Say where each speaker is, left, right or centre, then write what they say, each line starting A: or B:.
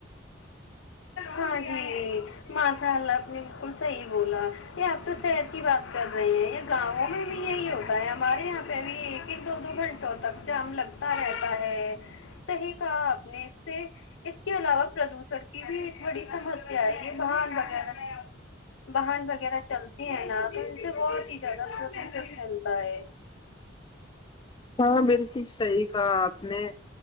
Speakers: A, on the left (about 85°); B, on the left (about 25°).
A: ہاں جی ماشاء اللہ آپ نے بالکل صحیح بولا یہ آپ تو شہر کی بات کر رہے ہیں گاؤوں میں بھی یہی ہوتا ہے ہمارے یہاں پہ اب ایک ہی دو دو گھنٹوں تک جام لگتا رہتا ہے صحیح کہا آپ نے <unintelligible> سے اس کے علاوہ پردوشن <unintelligible> کی بھی ایک بڑی سمسیا ہے یہ بن وغیرہ باہن وغیرہ چلتے ہیں نا تو ان سے بہت ہی زیادہ سوق سے پھیلتا ہے <unintelligible>
B: ہاں بالکل صحی <unintelligible> آنے